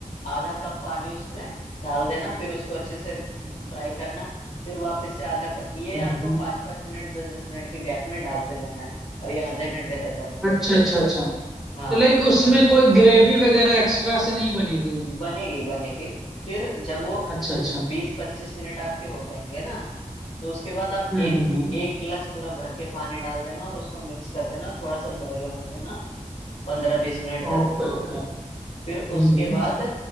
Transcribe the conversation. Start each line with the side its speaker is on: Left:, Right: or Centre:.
Left: आधा कप पानी उसमें डाल देना फिर उसको अच्छे से फ्राई करना फिर वापस से आधा कप ये
Centre: हम्म,
Left: आपको
Centre: हम्म।
Left: पाँच पाँच मिनट दस दस मिनट के गैप में डालते जाना है और ये आधे घंटे तक करना है
Centre: अच्छा अच्छा अच्छा
Left: हाँ
Centre: तो लाइक उसमें कोई ग्रेवी वगैरह एक्स्ट्रा से नहीं बनेगी
Left: बनेगी बनेगी फिर जब वो
Centre: अच्छा अच्छा
Left: बीस पच्चीस मिनट आपके हो जाएंगे ना तो उसके बाद आप
Centre: हम्म
Left: एक
Centre: हम्म हम्म
Left: एक गिलास पूरा भर के पानी डाल देना और उसको मिक्स कर देना और थोड़ा सा बॉईल होने देना पंद्रह बीस मिनट
Centre: Okay
Left: तक
Centre: okay
Left: फिर
Centre: हम्म
Left: उसके
Centre: हम्म
Left: बाद